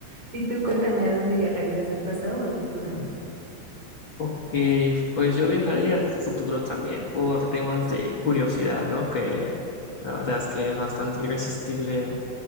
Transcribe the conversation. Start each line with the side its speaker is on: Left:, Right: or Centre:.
Right: Y tú cuéntame, ¿a dónde viajarías, al pasado o al futuro?
Left: Ok, pues yo viajaría al futuro también por temas de curiosidad, ¿no? Que la verdad es que es bastante irresistible